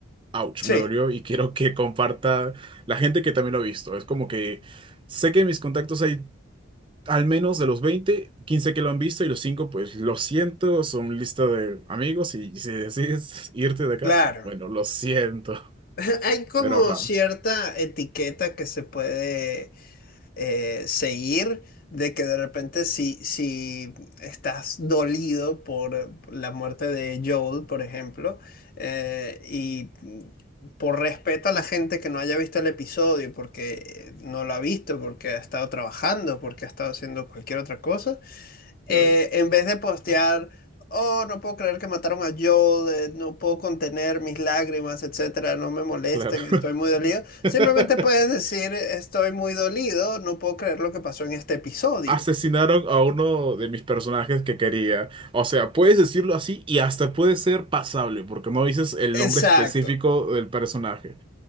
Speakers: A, on the right; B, on the left.
A: ouch,
B: Sí,
A: me dolió y <laughs> quiero que comparta la gente que también lo ha visto, es como que... Sé que en mis contactos hay al menos de los 20, 15 que lo han visto y los 5, pues lo siento, son lista de amigos y si decides irte de acá,
B: claro.
A: bueno, lo siento.
B: <laughs> Hay como
A: Pero ajá,
B: cierta etiqueta que se puede eh, seguir, de que de repente si, si estás dolido por la muerte de Joel, por ejemplo, eh, y por respeto a la gente que no haya visto el episodio, porque eh, no lo ha visto, porque ha estado trabajando, porque ha estado haciendo cualquier otra cosa, eh,
A: claro,
B: en vez de postear, oh, no puedo creer que mataron a Joel, eh, no puedo contener mis lágrimas, etcétera, no me molesten,
A: claro.
B: estoy muy dolido.
A: <laughs>
B: Simplemente puedes decir, estoy muy dolido, no puedo creer lo que pasó en este episodio.
A: Asesinaron a uno de mis personajes que quería. O sea, puedes decirlo así y hasta puede ser pasable, porque no dices el
B: Exacto,
A: nombre específico del personaje.